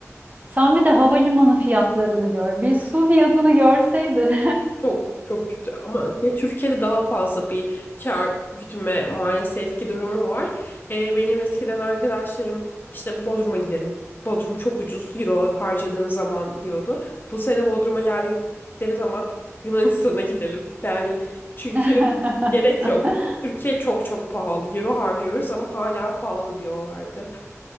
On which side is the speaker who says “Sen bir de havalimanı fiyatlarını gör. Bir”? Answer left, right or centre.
Right